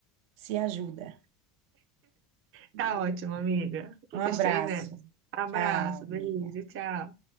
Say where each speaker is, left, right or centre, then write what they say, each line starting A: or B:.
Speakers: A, on the right; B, on the right.
A: se ajuda. viu?
B: Tá ótimo, amiga.
A: Um abraço.
B: Estou aí nessa. Abraço,
A: Tchau, amiga.
B: beijo, tchau.